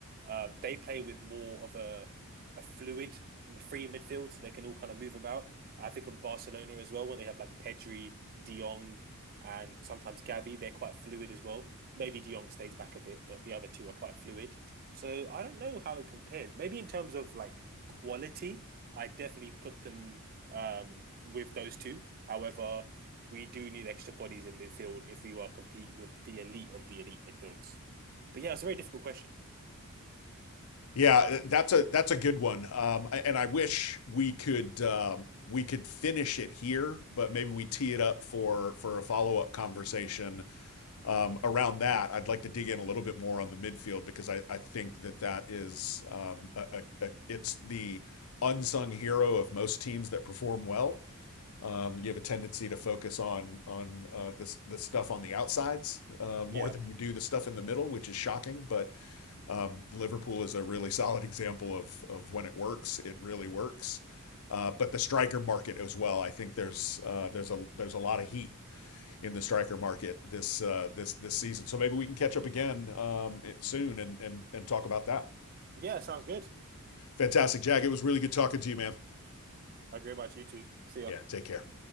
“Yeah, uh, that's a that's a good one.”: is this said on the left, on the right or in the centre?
Left